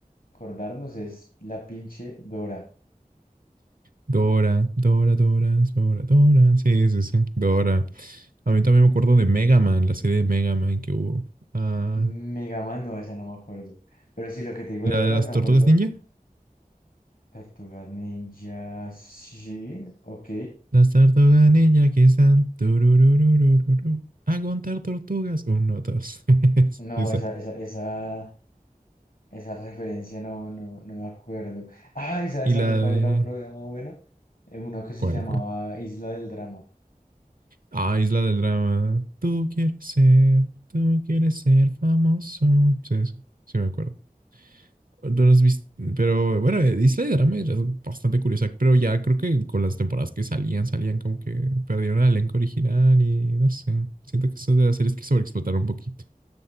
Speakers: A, on the left; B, on the right.
A: acordarnos es la pinche Dora.
B: Dora, Dora, Dora, Dora, Dora. Sí, sí, sí. Dora. A mí también me acuerdo de Mega Man, la serie de Mega Man que hubo. Ah,
A: Mega Man, no, esa no me acuerdo. Pero sí, lo que te digo
B: ¿y
A: de
B: la
A: Dora,
B: de las
A: me
B: tortugas
A: acuerdo.
B: ninja?
A: Tortugas Ninja, sí, ok.
B: Las tortugas ninja que están. tururururururu, A contar tortugas. Uno, dos, <laughs> tres.
A: No,
B: Esa.
A: esa, esa, esa, esa referencia no, no, no me acuerdo. Ay, ¿sabes
B: Y
A: también
B: la
A: cuál
B: de.
A: era un programa bueno? Eh, Uno que se
B: ¿Cuál,
A: llamaba
B: cuál?
A: Isla del Drama.
B: Ah, Isla del Drama. Tú quieres ser, tú quieres ser famoso. Sí, sí, sí me acuerdo. No las viste, pero bueno, eh, Isla del Drama era bastante curiosa, pero ya creo que con las temporadas que salían, salían como que perdieron el elenco original y no sé. Siento que eso de las series que sobreexplotaron un poquito.